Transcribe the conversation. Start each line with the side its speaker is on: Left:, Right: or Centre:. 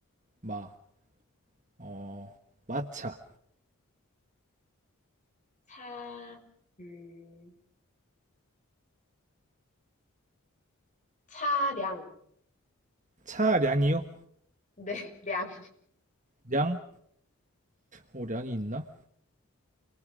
Right: 마, 어, 마차.
Left: 차, 음, 차량.
Right: 차량이요?
Left: 네, <laughs> 량.
Right: 량? 어, 량이 있나?